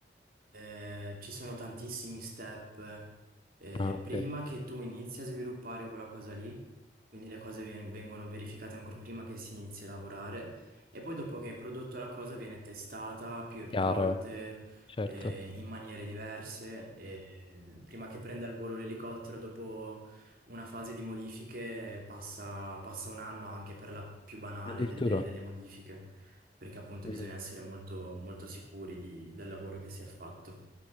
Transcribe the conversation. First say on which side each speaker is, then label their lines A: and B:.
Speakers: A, on the right (about 55°); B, on the left (about 30°).
A: eh, ci sono tantissimi step eh,
B: Ah, ok.
A: prima che tu inizi a sviluppare quella cosa lì, quindi le cose vien- vengono verificate ancora prima che si inizi a lavorare e poi dopo che hai prodotto la cosa viene testata più e più
B: Chiaro,
A: volte
B: certo.
A: eh, in maniere diverse e eh, prima che prenda il volo l'elicottero dopo una fase di modifiche passa, passa un anno anche per la più banale
B: Addirittura.
A: delle delle modifiche perché appunto
B: Mhm.
A: bisogna essere molto, molto sicuri di- del lavoro che si è fatto.